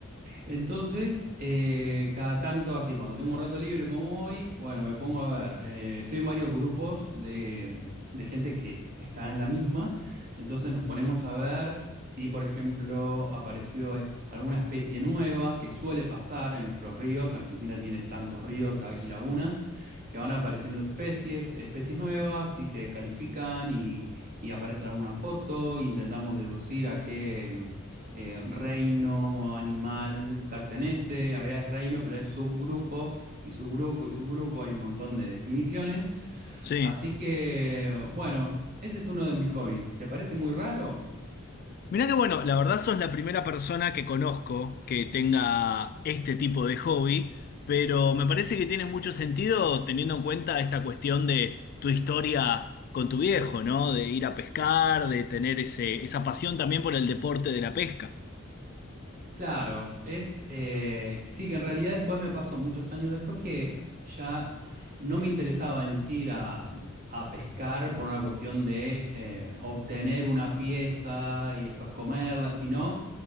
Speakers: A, on the right; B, on the left.
A: Entonces, eh, cada tanto así, cuando tengo un rato libre como hoy, bueno, me pongo a ver. eh, estoy en varios grupos de, de gente que está en la misma. Entonces nos ponemos a ver si, por ejemplo, apareció eh, alguna especie nueva que suele pasar en nuestros ríos. Argentina tiene tantos ríos la- y lagunas que van apareciendo especies, especies nuevas, si se califican y, y aparece alguna foto, intentamos deducir a qué eh, reino animal pertenece, en realidad es reino, pero es subgrupo y subgrupo y subgrupo, hay un montón de definiciones.
B: Sí.
A: Así que, bueno, ese es uno de mis hobbies. ¿Te parece muy raro?
B: Mirá qué bueno, la verdad sos la primera persona que conozco que tenga este tipo de hobby, pero me parece que tiene mucho sentido teniendo en cuenta esta cuestión de tu historia con tu viejo, ¿no? De ir a pescar, de tener ese, esa pasión también por el deporte de la pesca.
A: Claro, es eh, sí que en realidad después me pasó muchos años después que ya no me interesaba en sí ir a, a pescar por una cuestión de eh, obtener una pieza y después comerla, sino